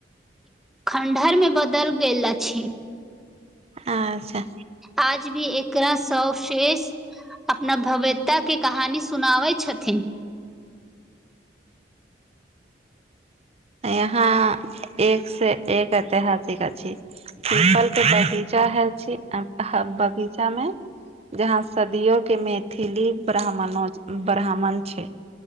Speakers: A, in the centre; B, on the right (about 35°).
A: खण्डहरमे बदल गेल अछि।
B: अच्छा।
A: आज भी एकरा शवशेष अपना भव्यता के कहानी सुनाबय छथिन।
B: यहां एक स एक ऐतिहासिक अछि। पीपल के बगीचा हछी आ बगीचा मे जहां सदियो के मैथिली ब्राह्मणो ब्राह्मण छय।